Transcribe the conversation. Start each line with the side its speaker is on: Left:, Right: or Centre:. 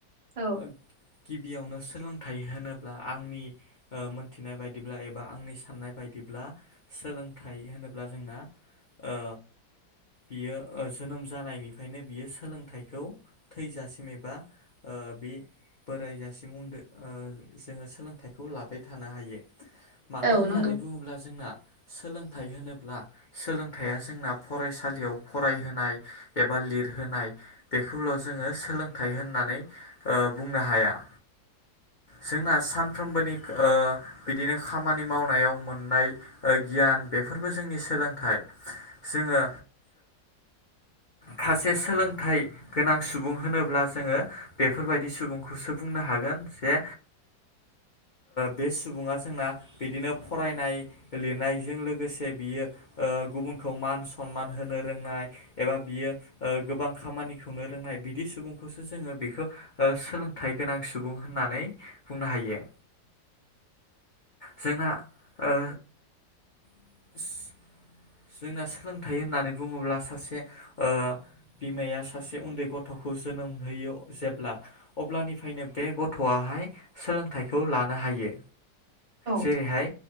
Right: औ
Left: ओ गिबियावनो सोलोंथाइ होनोब्ला आंनि ओ मोनथिनाय बायदिब्ला एबा आंनि साननाय बायदिब्ला सोलोंथाइ थायो होनोब्ला जोंना ओ बियो ओ जोनोम जानायनिफ्रायनो बियो सोलोंथाइखौ थैजासिम एबा ओ बे बोरायजासिम उनदो ओ जोङो सोलोंथाइखौ लाबाय थानो हायो मानो
Right: औ
Left: होननानै
Right: नंगौ
Left: बुङोब्ला जोंना सोलोंथाइ होनोब्ला सोलोंथाइया जोंना फरायसालियाव फरायहोनाय एबा लिरहोनाय बे खौल' जोङो सोलोंथाइ होननानै ओ बुंनो हाया
Right: <inaudible>
Left: जोंना सानफ्रोमबोनि ओ बिदिनो खामानि मावनायाव मोननाय ओ गियान बे बेफोरबो जोंनि सोलोंथाइ जोङो
Right: <inaudible>
Left: खासे सोलोंथाइ गोनां सुबुं होनोब्ला जोङो बेफोरबायदि सुबुंखौसो बुंनो हागोन जे बे ओ सुबुङा जोंना बिदिनो फरायनाय लिरनायजों लोगोसे बियो ओ गुबुनखौ मान सनमान होनो रोंनाय एबा बियो ओ गोबां खामानि खौनो रोंनाय बिदि सुबुंखौसो जोङो बेखौ सोलोंथाइ गोनां सुबुं होननानै बुंनो हायो
Right: <inaudible>
Left: जोंना ओ <inaudible> जोंना सोलोंथाइ होननानै बुङोब्ला सासे ओ बिमाया सासे उन्दै गथ'खौ जोनोम होयो जेब्ला अब्लानिफ्रायनो बे गथ'आहाय सोलोंथाइखौ लानो हायो।
Right: औ
Left: जेरैहाय